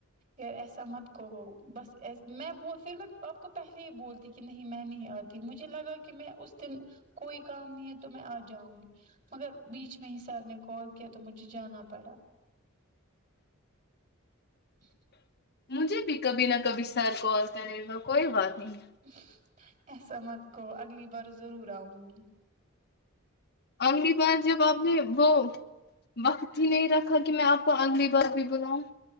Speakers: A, on the right; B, on the left.
A: یار ایسا مت کوو بس میں ب پھر میں آپ کو پہلے ہی بولتی کہ نہیں میں نہیں آتی مجھے لگا کہ میں اس دن کوئی کام نہیں ہے تو میں آ جاؤں گی مگر بیچ میں ہی سر نے کال کیا تو مجھے جانا پڑا <inaudible>
B: مجھے بھی کبھی نہ کبھی سر کال کرے گا کوئی بات نہیں
A: <inaudible> ایسا مت کو اگلی بار ضرور آؤں گی
B: اگلی بار جب آپ نے وہ وقت ہی نہیں رکھا کہ میں آپ کو اگلی بار بھی بلاؤں